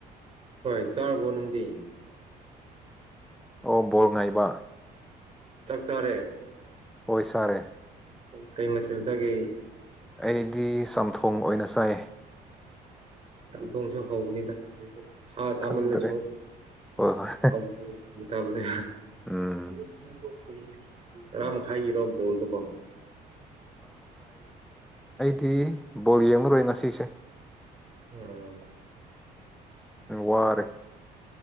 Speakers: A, on the right; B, in the centre.
A: ꯍꯣꯏ ꯆꯥꯔꯕꯣ ꯅꯪꯗꯤ
B: ꯑꯣ ꯣ ꯉꯥꯏꯕ
A: ꯆꯥꯛ ꯆꯥꯔꯦ
B: ꯍꯣꯏ ꯁꯥꯔꯦ
A: ꯀꯩ ꯃꯊꯦꯜ ꯆꯥꯒꯦ
B: ꯑꯩꯗꯤ ꯆꯝꯊꯣꯡ ꯑꯣꯏꯅ ꯆꯥꯏ
A: ꯗꯣꯡꯁꯨ ꯍꯧꯕꯅꯤꯗ ꯁꯥ ꯆꯥꯃꯜꯂꯁꯨ
B: ꯈꯪꯗ꯭ꯔꯦ ꯍꯣꯏ ꯍꯣꯏ
A: ꯍ ꯃꯇꯕꯅꯦ
B: ꯎꯝ
A: ꯎ ꯇꯔꯥꯃꯛ ꯍꯥꯏꯒꯤꯔꯣ ꯕꯣꯜꯗꯨꯕꯣ
B: ꯗꯤ ꯕꯣꯜ ꯌꯦꯡꯂꯡꯉꯨꯔꯣꯏ ꯉꯁꯤꯁꯦ
A: ꯑꯣ
B: ꯋꯥꯔꯦ